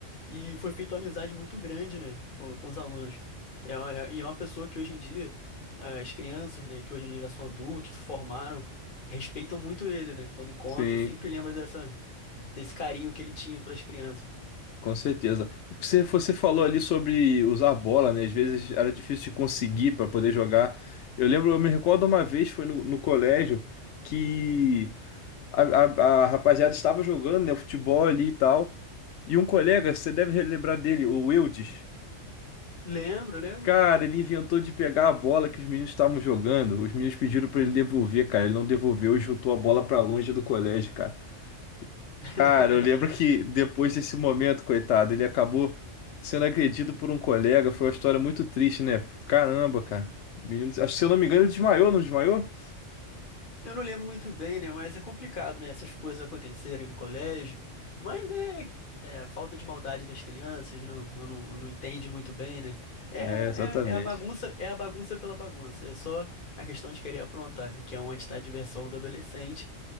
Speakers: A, on the left; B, on the left.
A: E foi feita uma amizade muito grande, né, com, com os alunos. É, uma- é- e é uma pessoa que hoje em dia. as crianças, né, que hoje em dia já são adultos, se formaram, respeitam muito ele, né? Quando encontram,
B: Sim,
A: sempre lembra dessa, desse carinho que ele tinha pelas crianças.
B: com certeza. E Você, você falou ali sobre usar bola, né? Às vezes era difícil de conseguir para poder jogar. Eu lembro, eu me recordo uma vez, foi no, no colégio, que a, a a rapaziada estava jogando, né, futebol ali e tal. E um colega, você deve lembrar dele, o Wildes.
A: Lembro, lembro.
B: Cara, ele inventou de pegar a bola que os meninos estavam jogando. Os meninos pediram pra ele devolver, cara. Ele não devolveu e chutou a bola pra longe do colégio, cara.
A: <laughs>
B: Cara, eu lembro que depois desse momento, coitado, ele acabou sendo agredido por um colega. Foi uma história muito triste, né? Caramba, cara. Menino, acho que se eu não me engano, ele desmaiou, não desmaiou?
A: Eu não lembro muito bem, né? Mas é complicado, né? Essas coisas acontecerem no colégio. Mas é, é a falta de maldade das crianças, não, eu não, eu não entende muito bem, né? É, é,
B: É, exatamente.
A: é a bagunça, é a bagunça pela bagunça. É só a questão de querer aprontar, né? Que é onde está a diversão do adolescente.